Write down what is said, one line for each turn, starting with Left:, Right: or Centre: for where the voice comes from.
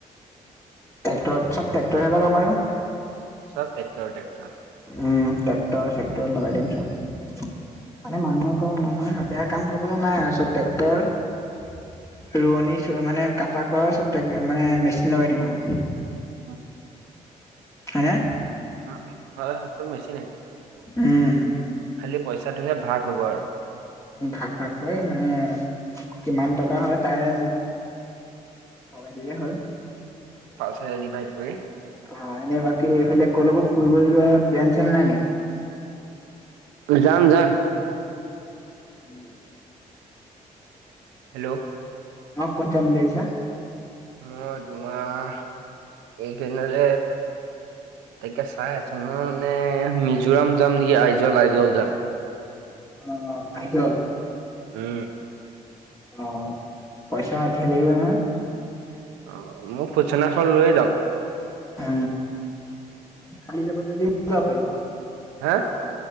Left: ট্ৰেক্টৰত চব, ট্ৰেক্টৰহে লগাম আৰু।
Right: চব ট্ৰেক্টৰ ট্ৰেক্টৰ
Left: উম, ট্ৰেক্টৰ-চেক্টৰ লগাই দিম চব। মানে মানুহে কয়, মানুহে এতিয়া কাম কৰিবলে নাই আও চব ট্ৰেক্টৰ- ৰোৱনী চ', মানে কটা-কৰা চব টেক, মানে মেচিন লগাই দিম আৰু।
Right: উম,
Left: হে?
Right: উম, উ, হয়, চব মেচিনেই
Left: উম।
Right: খালি পইচাটোহে, ভাগ হ'ব আৰু।
Left: ভাক ভাগকৈ মানে কিমান টকা হয় তাৰে লগাই দিলে হ'ল।
Right: পাঁচেৰে ডিভাইড কৰি।
Left: হয়, এনে বাকী এইবিলাক কলৈকো ফুৰিব যোৱা প্লেন চন, নাই নেকি?
Right: এহ, যাম যাম।
Left: Time loss.
Right: হেল'ও।
Left: অঁ, ক'ত যাম বুলি ভাবিচা?
Right: অ' দুমাহ এই কেইদিনতে তাকে চাই আছো মই মানে মিজোৰাম যাম নেকি আইজল, আইজল যাম।
Left: অঁ আইজল।
Right: উম।
Left: অঁ, পইচা ধেৰ লাগিব নহয়।
Right: অঁ মোৰ ফুচনাখন লৈ যাম।
Left: এ, খালি যাব যদি, ময়ো যাব‌ পাইলো হয়।
Right: হে?